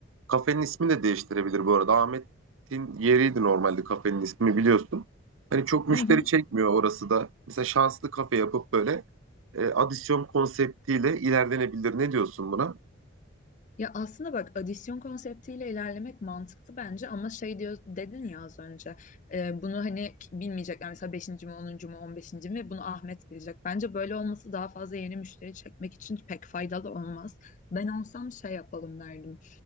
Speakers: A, on the right; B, on the left.
A: Kafenin ismi de değiştirebilir bu arada. Ahmet'in yeriydi normalde kafenin ismi biliyorsun. Hani çok müşteri
B: Hı hı.
A: çekmiyor orası da. Mesela şanslı kafe yapıp böyle e, adisyon konseptiyle ilerlenebilir. Ne diyorsun buna?
B: Ya aslında bak adisyon konseptiyle ilerlemek mantıklı bence ama şey diyor dedin ya az önce e, bunu hani k- bilmeyecekler mesela beşinci mi onuncu mu on beşinci mi bunu Ahmet bilecek. Bence böyle olması daha fazla yeni müşteri çekmek için pek faydalı olmaz. Ben olsam şey yapalım derdim.